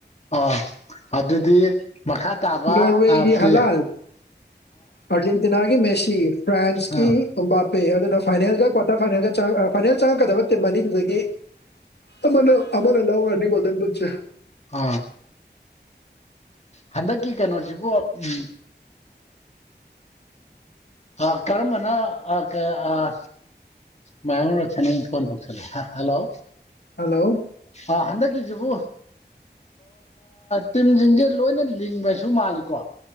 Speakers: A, on the left; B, on the left.
A: ꯑꯥ ꯑꯗꯨꯗꯤ ꯃꯈꯥ ꯇꯥꯕ
B: ꯅꯣꯔꯋꯦꯒꯤ
A: ꯑꯞꯗꯦꯠ
B: ꯍꯂꯥꯜ ꯑꯥꯔꯖꯦꯟꯇꯤꯅꯥꯒꯤ ꯃꯦꯁꯤ ꯐ꯭ꯔꯥꯟꯁꯀꯤ
A: ꯑꯥ
B: ꯇꯣꯝꯕꯥꯄꯦ ꯑꯗꯨꯅ ꯐꯥꯏꯅꯦꯜꯒ ꯀ꯭ꯋꯥꯇꯔ ꯐꯥꯏꯅꯦꯜꯒ ꯐꯥꯏꯅꯦꯜ ꯆꯪꯉꯛꯀꯗꯕ ꯅꯠꯇꯦ ꯃꯅꯤꯡꯗꯨꯗꯒꯤ ꯑꯃꯅ ꯑꯃꯅ ꯂꯧꯈꯔꯅꯤ ꯒꯣꯜꯗꯟ ꯕꯨꯠꯁꯦ
A: ꯑ ꯍꯟꯗꯛꯀꯤ ꯀꯩꯅꯣꯁꯤꯕꯨ ꯎꯝ ꯑ ꯀꯔꯝꯕꯅ ꯑꯥ ꯀꯩ ꯑꯥ ꯃꯥꯏ ꯐꯣꯟ ꯇꯧ ꯍꯜꯂꯣ
B: ꯍꯜꯂꯣ
A: ꯍꯥ ꯍꯟꯗꯛ ꯀꯤꯖꯤꯕꯨ ꯇꯤꯝꯁꯤꯡꯁꯦ ꯂꯣꯏꯅ ꯂꯤꯡꯕꯁꯨ ꯃꯥꯜꯂꯤꯀꯣ